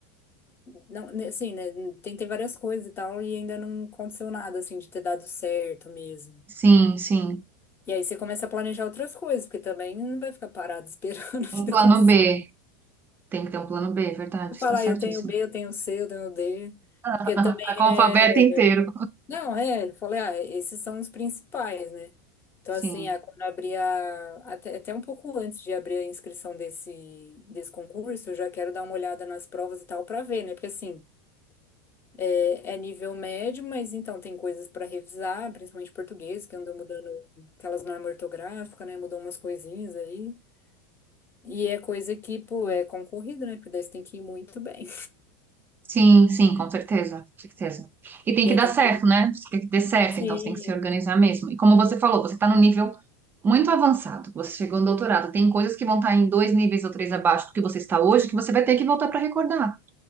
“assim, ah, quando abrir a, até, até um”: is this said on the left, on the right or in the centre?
Left